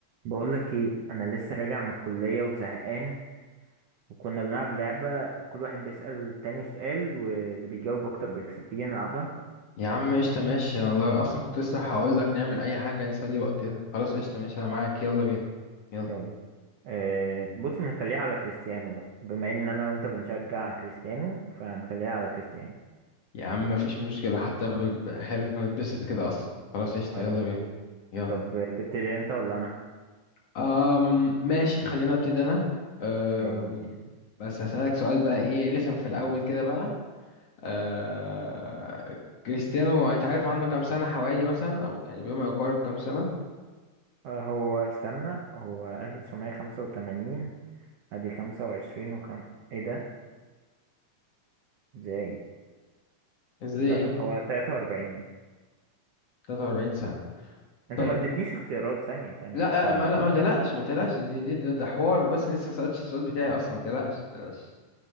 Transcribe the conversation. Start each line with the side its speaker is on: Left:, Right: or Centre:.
Right: بقولك ايه انا لسه راجع من الكلية وزهقان وكنا بنلعب لعبة كل واحد بيسأل التاني سؤال واللي بيجاوب اكتر بيكسب تيجي نلعبها
Left: يا عم قشطة ماشي انا والله اصلا كنت لسه هقول لك نعمل اي حاجة نسلي وقتنا خلاص قشطة ماشي انا معاك يلا بينا يلا
Right: يلا أه بص نخليها على كريستيانو بقى بما ان انا وانت بنشجع كريستيانو فنخليها على كريستيانو
Left: يا عم مفيش مشكلة حتى ب... ب- حلو انا اتبسط كده اصلا خلاص قشطة
Right: اه
Left: يلا بينا يلا
Right: طب تبتدي انت ولا انا
Left: أم... ماشي خلينا ابتدي انا أم...
Right: يلا بينا
Left: بس هسألك سؤال بقى ايه رخم في الاول كده بقى أه... كريستيانو انت عارف عنده كام سنة حوالي مثلا او يعني بما يقارب كام سنة
Right: أه هو استنى هو 1985 ادي 25 وخم... ايه ده ازاي
Left: ازاي
Right: لا
Left: ايه
Right: هو 43
Left: 43 سنة
Right: انت
Left: طيب
Right: ما اديتنيش اختيارات ثانية ثانية
Left: لا
Right: انت
Left: آه، ما لا ما تقلقش ما تقلقش دي- دي- ده ده حوار بس لسه ما سألتش السؤال بتاعي اصلا ما تقلقش ما تقلقش